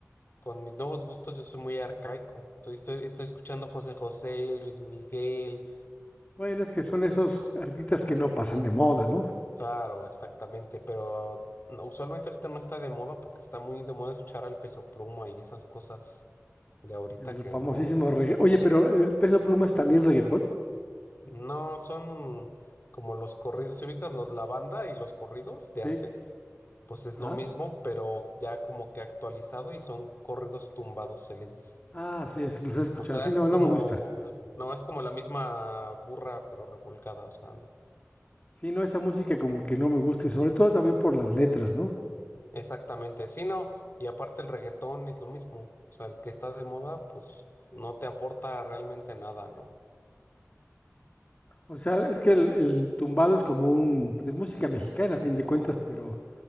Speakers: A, on the left (about 45°); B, on the left (about 30°).
A: con mis nuevos gustos, yo soy muy arcaico. Estoy, estoy, estoy escuchando José José, Luis Miguel.
B: Bueno, es que son esos artistas que no pasan de moda, ¿no?
A: Claro, exactamente. Pero no, usualmente ahorita no está de moda porque está muy de moda escuchar al Peso Pluma y esas cosas de ahorita
B: El
A: que
B: famosísimo
A: no.
B: regga oye, pero, ¿el Peso Pluma es también reguetón?
A: No, son como los corridos, si ubicas lo- la banda y los corridos
B: Sí.
A: de antes, pues es
B: Ajá.
A: lo mismo, pero ya como que actualizado y son corridos tumbados, se les dice.
B: Ah, sí, es, los he escuchado.
A: O sea,
B: Sí,
A: es
B: no,
A: como,
B: no me gusta.
A: no, es como la misma burra, pero revolcada, o sea, no.
B: Sí, no, esa música como que no me gusta, y sobre todo también por las letras, ¿no?
A: Exactamente, sí, no, y aparte el reggaetón es lo mismo, o sea, el que está de moda, pues no te aporta realmente nada, ¿no?
B: O sea, es que el, el tumbado es como un, es música mexicana, a fin de cuentas, pero